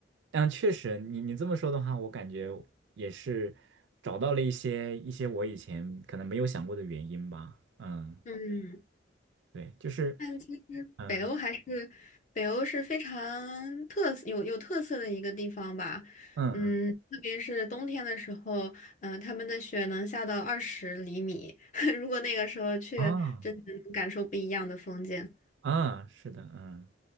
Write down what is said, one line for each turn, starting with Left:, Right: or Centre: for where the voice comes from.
Right: 嗯，确实，你你这么说的话，我感觉也是找到了一些一些我以前可能没有想过的原因吧。嗯，
Left: 嗯，
Right: 对，就是，
Left: 但其实北欧还是北欧是非常特色有有特色的一个地方吧。
Right: 嗯嗯嗯，
Left: 嗯，特别是冬天的时候，嗯、呃他们的雪能下到二十厘米，<laughs> 如果那个时候去，
Right: 啊
Left: 真的能感受不一样的风景。
Right: 啊，是的，嗯，